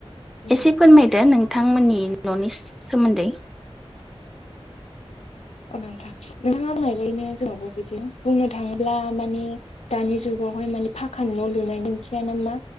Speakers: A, on the left; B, in the centre.
A: औ
B: एसे फोरमायदो नोंथांमोननि न'नि सोमोन्दै
A: अ नोंथा नोंथाङा बुंनाय बादिनो जोंनावबो बिदि बुंनो थाङोब्ला माने दानि जुगावहाय माने फाखानि न' लुनायनि ओंन्थियानो मा